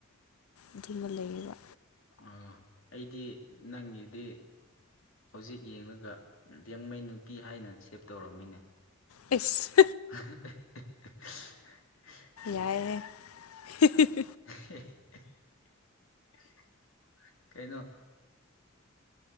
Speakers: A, on the left (about 80°); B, on the left (about 65°).
A: ꯑꯗꯨꯝꯕ ꯂꯩꯌꯦꯕ
B: ꯑ ꯑꯩꯗꯤ ꯅꯪꯒꯤꯗꯤ ꯍꯧꯖꯤꯛ ꯌꯦꯡꯉꯒ ꯌꯦꯡꯃꯩ ꯅꯨꯄꯤ ꯍꯥꯏꯅ ꯁꯦꯞ ꯇꯧꯔꯝꯃꯤꯅꯦ
A: ꯏꯁꯁ
B: <inaudible>
A: ꯌꯥꯏꯍꯦ <inaudible>
B: <inaudible> ꯀꯩꯅꯣ